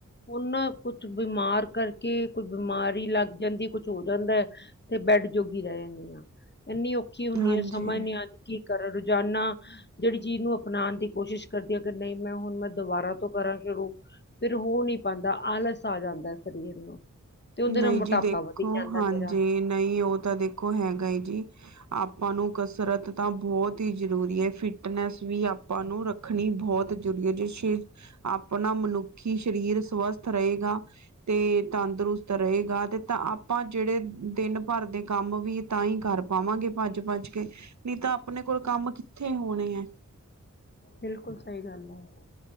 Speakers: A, on the left; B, on the right.
A: ਔਨਾਂ ਕੁੱਛ ਬਿਮਾਰ ਕਰਕੇ, ਕੋਈ ਬਿਮਾਰੀ ਲੱਗ ਜਾਂਦੀ ਏ, ਕੁਛ ਹੋ ਜਾਂਦੈ। ਤੇ ਬੈਡ ਜੋਗੀ ਰੈ ਜਾਂਣੀ ਆ, ਏਨੀ ਔਖੀ ਹੁੰਣੀ
B: ਹਾਂਜੀ
A: ਆ ਸਮਝ ਨੀ ਆੰਦੀ ਕੀ ਕਰਾ? ਰੋਜ਼ਾਨਾ ਜੇੜੀ ਚੀਜ਼ ਨੂੰ ਅਪਣਾਣ ਦੀ ਕੋਸ਼ਿਸ਼ ਕਰਦੀ ਆ ਕਿ ਨਹੀਂ ਮੈਂ ਹੁਣ ਮੈਂ ਦੁਬਾਰਾ ਤੋਂ ਕਰਾਂ ਸ਼ੁਰੂ। ਫਿਰ ਹੋ ਨੀ ਪਾੰਦਾ ਆਲਸ ਆ ਜਾਂਦੈ ਸਰੀਰ ਨੂੰ। ਤੇ ਉਹਦੇ
B: ਨਹੀਂ
A: ਨਾਲ ਮੋਟਾਪਾ
B: ਜੀ, ਦੇਖੋ
A: ਵਧੀ ਜਾਂਦਾ
B: ਹਾਂਜੀ
A: ਮੇਰਾ
B: ਨਹੀਂ ਓਹ ਤਾਂ ਦੇਖੋ ਹੈਗਾ ਹੀ ਜੀ। ਆਪਾਂ ਨੂੰ ਕਸਰਤ ਤਾਂ ਬੌਤ ਹੀ ਜ਼ਰੂਰੀ ਹੈ ਫਿਟਨੈਸ ਵੀ ਆਪਾਂ ਨੂੰ ਰਖ ਰੱਖਣੀ ਬ੍ਹੌਤ ਜੂਰੀ ਏ, ਔਦੀ ਸਿ਼ਜ ਆਪਣਾ ਮਨੁੱਖੀ ਸਰੀਰ ਸਵਸਥ ਰਹੇਗਾ ਤੇ ਤੰਦਰੁਸ ਗਾ ਤੇ ਤਾਂ ਆਪਾਂ ਜੇੜੇ ਦਿਨ ਭਰ ਦੇ ਕੰਮ ਵੀ ਤਾਂ ਹੀ ਕਰ ਪਾਵਾਂਗੇ ਭੱਜ-ਭੱਜ ਕੇ। ਨੀ ਤਾਂ ਆਪਣੇ ਕੋਲ ਕੰਮ ਕਿੱਥੇ ਹੋਣੇ ਐ?
A: ਬਿਲਕੁਲ ਸਹੀ ਗੱਲ ਐ।